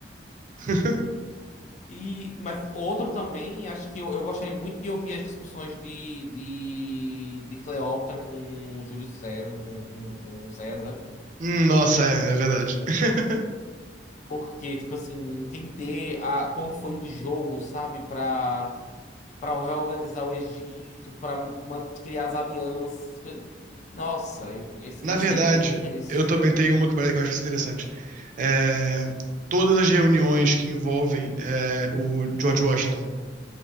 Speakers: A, on the right; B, on the left.
A: <laughs>
B: E, mas outro também, acho que eu, eu gostaria muito de ouvir as discussões de, de, de Cleópatra com Júlio César, com, com com César.
A: Hum, Nossa, é, é verdade. <laughs>
B: Porque, tipo assim, entender a, como foi o jogo, sabe? Pra, pra reorganizar o Egito, pra ma- criar as alianças. Nossa, eu- isso
A: Na
B: isso
A: verdade,
B: aí eu tinha muito interesse.
A: eu também tenho uma que pare- que eu acho que vai ser interessante. É, todas as reuniões que envolvem é, o George Washington,